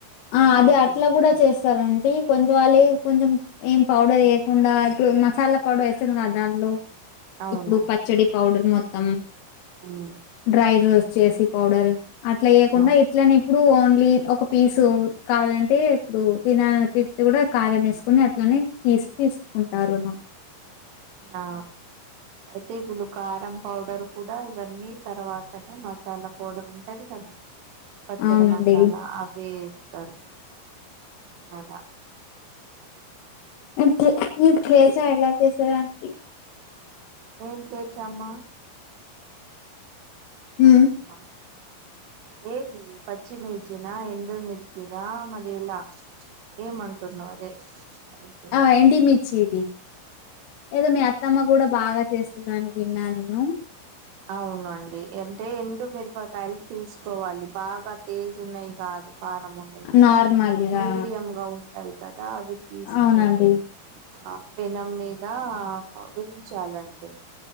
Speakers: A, on the left; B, on the right.
A: ఆ
B: అలా
A: అదే
B: చేస్తది
A: అట్లా కూడా చేస్తారండి కొంచె వాళ్ళి కొంచెం ఏం పౌడర్ ఏయకుండా ఇప్పుడు మసాలా పౌడర్ వేస్తుంది కదా దాంలో
B: అవును
A: ఇప్పుడు పచ్చడి పౌడర్ మొత్తం
B: ఉ
A: డ్రై రోస్ట్ చేసి పౌడర్ అట్లా ఏయకుండా
B: ఆ
A: ఇట్లనే ఇప్పుడు ఓన్లీ ఒక పీసు కావాలంటే ఇప్పుడు తినాలనిపిస్తి కూడా కారం వేసుకోని అట్లనే తీసి తీసుకుంటారు
B: ఆ అయితే ఇప్పులు కారం పౌడర్ కూడా ఇవన్నీ తర్వాతనే మసాలా పౌడర్ ఉంటది కదా పచ్చడి
A: అవునండి
B: మసాలా అవి వేస్తారు అలా
A: ను్ ఇప్ కేచా ఎలా చేసారడికి
B: ఏం తెచమ్మ
A: ఉమ్.
B: ఆహా ఏది పచ్చి మిర్చిన ఎండు మిర్చిిన మరి ఎలా ఏ మంటున్నావ్ అదే అడుగుతు
A: ఆ ఏండు మిర్చిది ఏదో మీ అత్తమ్మ కూడా బాగా చేస్ దని విన్న నేను
B: అవునండి అంటే ఎండు మిరపకాయలు తీసుకోవాలి బాగా తేజ్ ఉన్నాయి కాదు కారం ఉండేటీయి
A: నార్మల్గా
B: మీడియం గా ఉన్ ంటాయి కదా అవి తీసుకొని
A: అవునండి
B: ఆ పెనం మీద వేయించాలంటే